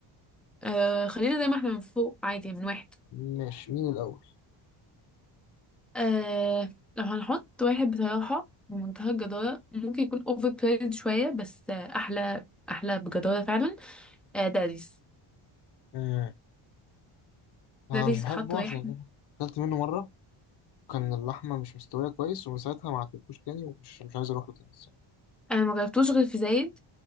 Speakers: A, in the centre; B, on the left.
A: آه خلينا زي ما احنا من فوق عادي من واحد
B: ماشي مين الأول
A: آه لو هنحط واحد بصراحة بمنتهى الجدارة ممكن يكون اوفر بريد شوية بس آه أحلى أحلى بجدارة فعلا آه داريس
B: آه. آه
A: داريس
B: مش بحبه
A: اتحط واحد
B: عشان أنا أكلت منه مرة كان اللحمة مش مستوية كويس ومن ساعتها ما عدتوش تاني ومش مش عايز أروح له تاني الصراحة
A: أنا ما جربتوش غير في زايد